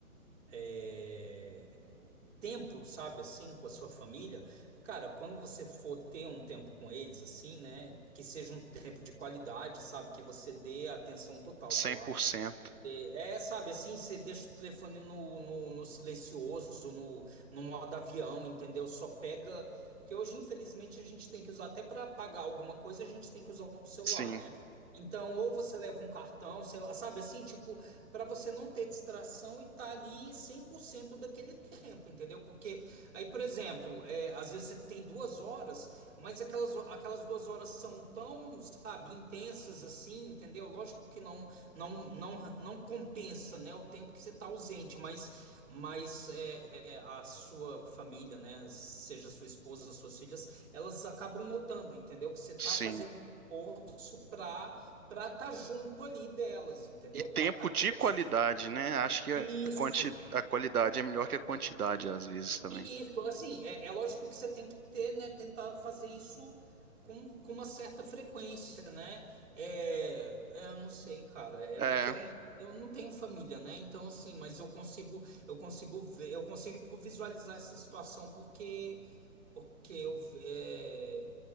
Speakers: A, on the right; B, on the right.
A: é, é, tempo, sabe, assim, com a sua família, cara, quando você for ter um tempo com eles, assim, né, que seja um tempo de qualidade, sabe, que você dê atenção total,
B: cem
A: sei lá,
B: por cento.
A: é, é, sabe, assim, você deixa o telefone no, no, no silencioso, no, no modo avião, entendeu? Só pega. Porque hoje, infelizmente, a gente tem que usar, até para pagar alguma coisa, a gente tem que usar o celular,
B: Sim,
A: né? Então, ou você leva um cartão, sei lá, sabe, assim, tipo, para você não ter distração e tá ali 100% daquele tempo, entendeu? Porque aí, por exemplo, é, às vezes você tem duas horas, mas aquelas, aquelas duas horas são tão, sabe, intensas assim, entendeu? Lógico que não não, não, não compensa, né, o tempo que você está ausente, mas, mas é, é, a sua família, né, seja sua esposa, suas filhas, elas acabam notando, entendeu? Que você está
B: sim.
A: fazendo esforço para para estar junto ali delas, entendeu?
B: E tempo
A: Para estar
B: de
A: presente.
B: qualidade, né? Acho que a,
A: Isso.
B: quanti a qualidade é melhor que a quantidade às vezes também.
A: E Isso, assim, é, é lógico que você tem que ter, né, tentar fazer isso com, com uma certa frequência, né? É, é, eu não sei, cara, é
B: É,
A: porque eu, eu não tenho família, né? Então, assim, mas eu consigo, eu consigo ver, eu consigo visualizar essa situação porque, porque eu, é,